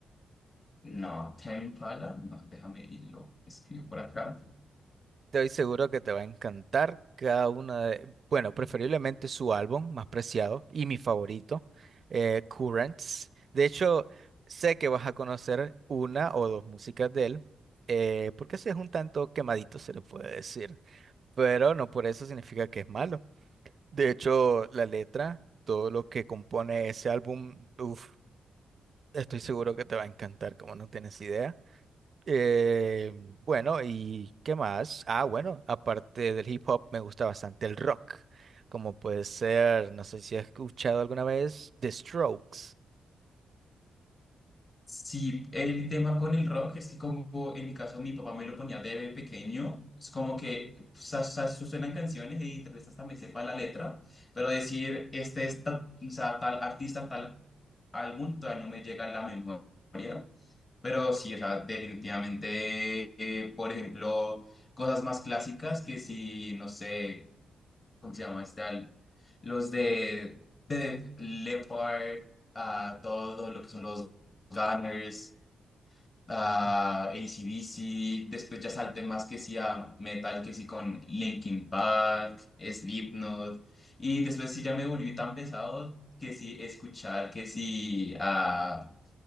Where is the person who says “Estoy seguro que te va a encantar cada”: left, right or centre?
Right